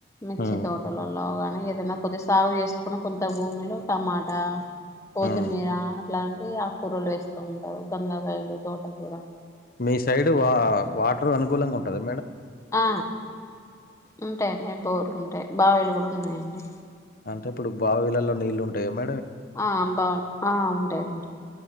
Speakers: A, on the left; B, on the left.
A: మిర్చి
B: ఉమ్
A: తోటలలోగానీ ఏదైనా కొద్ది సాగు చేసుకుని కొంత భూమిలో టమాటా కొత్తిమీర
B: ఉమ్
A: అట్లాంటివి ఆకూరలు వేస్తూ ఉంటారు గంగావాయిలు తోటకూర
B: మీ సైడ్ వా వాటర్ అనుకూలంగా ఉంటది
A: ఆ ఉంటాయండి బోర్లు ఉంటాయి బావిలు కూడా ఉన్నాయండి
B: అంటే ఇప్పుడు బావిలలో నీళ్ళలు ఉంటాయ మ
A: ఆ అంబా ఆ ఉంటాయి ఉంటాయి